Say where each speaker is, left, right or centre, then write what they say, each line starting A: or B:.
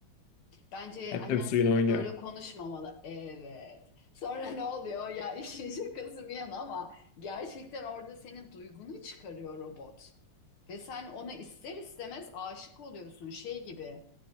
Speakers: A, on the left; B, on the left.
A: Bence
B: Hep
A: annen
B: de bir suyun
A: seninle
B: oynuyor.
A: böyle konuşmamalı. Evet. Sonra ne oluyor? Ya <laughs> işin şakası bir yana ama gerçekten orada senin duygunu çıkarıyor robot. Ve sen ona ister istemez aşık oluyorsun. Şey gibi